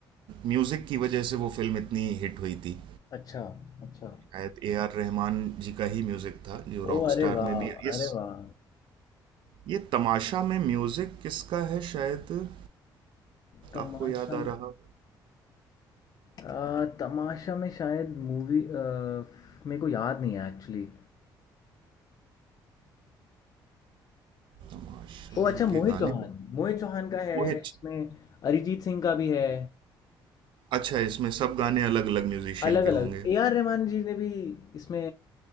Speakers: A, on the right (about 70°); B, on the left (about 45°).
A: म्यूजिक की वजह से वो फिल्म इतनी हिट हुई थी
B: अच्छा अच्छा
A: शायद ए आर रहमान जी का ही म्यूजिक था जो
B: ओ
A: रॉकस्टार
B: अरे वाह
A: में भी इस
B: अरे वाह
A: ये तमाशा में म्यूजिक किसका है शायद
B: तमाशा
A: आपको याद आ रहा हो
B: आ, तमाशा में शायद मूवी मेरे को याद नहीं है एक्चुअली
A: तमाशा
B: ओ अच्छा
A: के
B: मोहित
A: गाने
B: चौहान मोहित चौहान का है
A: मोहित
B: इसमें अरिजीत सिंह का भी है
A: अच्छा इसमें सब गाने अलग अलग म्यूजिशियन
B: अलग
A: के होंगे
B: अलग ए आर रहमान जी ने भी इसमें